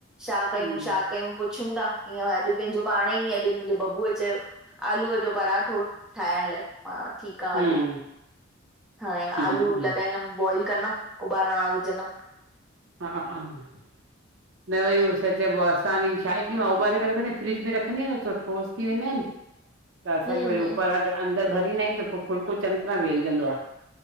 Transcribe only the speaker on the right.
हम्म
हम्म
हम्म
हा हा न वयो इस्। छा चइबो असांजी छा आहे की मां उबारे करे रखंदीआहियां फ्रिज में रखंदीआहियां न तो ठोस थी वेंदा आहिन। त असांखे
वरी
उपराटि अंदरि भरींदा आहियूं त पोइ फुलको चङी तरह वेलजंदो आ।